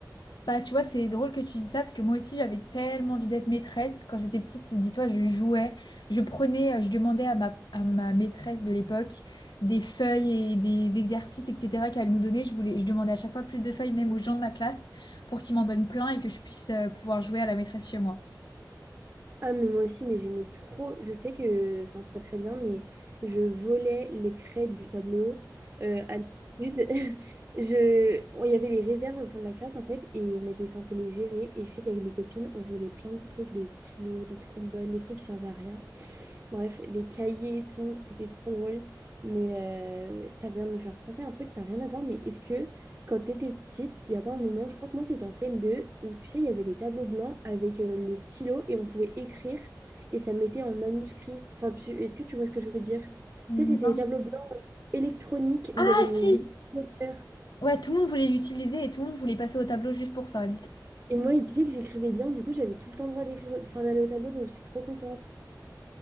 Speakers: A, on the left; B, on the right.
A: Bah, tu vois, c'est drôle que tu dis ça, parce que moi aussi, j'avais tellement envie d'être maîtresse. Quand j'étais petite, dis-toi, je jouais, je prenais, euh, je demandais à ma, à ma maîtresse de l'époque des feuilles et des exercices, etc., qu'elle nous donnait. Je voulais, je demandais à chaque fois plus de feuilles, même aux gens de ma classe, pour qu'ils m'en donnent plein et que je puisse euh, pouvoir jouer à la maîtresse chez moi.
B: Ah, mais moi aussi, mais j'aimais trop. Je sais que, enfin, c'est pas très bien, mais je volais les craies du tableau euh, à l'étude. <laughs> Je... Il y avait les réserves au fond de la classe, en fait, et on était censé les gérer. Et je sais qu'avec mes copines, on volait plein de trucs, des stylos, des trombones, des trucs qui servaient à rien. Bref, les cahiers et tout, c'était trop drôle. Mais euh, ça vient de me faire penser à un truc, ça n'a rien à voir. Mais est-ce que quand tu étais petite, il n'y a pas un moment, je crois que moi c'était en CM2, où tu sais, il y avait les tableaux blancs avec euh, le stylo et on pouvait écrire et ça mettait en manuscrit. Enfin, tu, est-ce que tu vois ce que je veux dire?
A: Non.
B: Tu sais, c'était les tableaux blancs électroniques où il
A: Ah
B: y avait le
A: si!
B: vidéoprojecteur.
A: Ouais, tout le monde voulait l'utiliser et tout le monde voulait passer au tableau juste pour ça,
B: Et moi, il disait que j'écrivais bien, du coup, j'avais tout le temps le droit d'écrire, enfin, d'aller au tableau, donc j'étais trop contente.